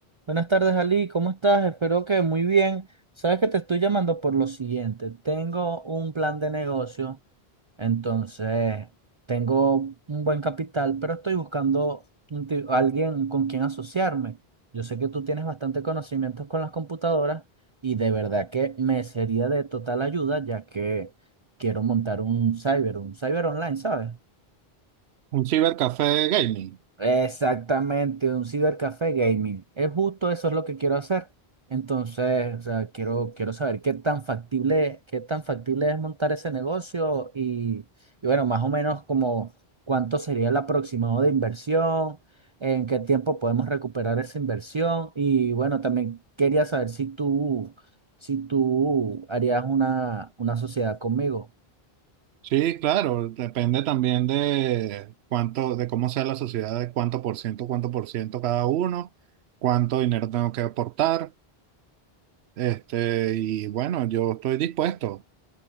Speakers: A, on the right; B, on the right.
A: Buenas tardes, Ali. ¿Cómo estás? Espero que muy bien. Sabes que te estoy llamando por lo siguiente. Tengo un plan de negocio, entonces tengo un buen capital, pero estoy buscando un ti- alguien con quien asociarme. Yo sé que tú tienes bastante conocimientos con las computadoras y de verdad que me sería de total ayuda ya que quiero montar un cyber, un cyber online, ¿sabes?
B: Un cibercafé gaming.
A: Exactamente, un cibercafé gaming. Es justo eso es lo que quiero hacer. Entonces, o sea, quiero, quiero saber qué tan factible, qué tan factible es montar ese negocio y, y bueno, más o menos como cuánto sería el aproximado de inversión, en qué tiempo podemos recuperar esa inversión y bueno, también quería saber si tú, si tú harías una, una sociedad conmigo.
B: Sí, claro, depende también de cuánto, de cómo sea la sociedad, de cuánto por ciento, cuánto por ciento cada uno, cuánto dinero tengo que aportar. Este, y bueno, yo estoy dispuesto.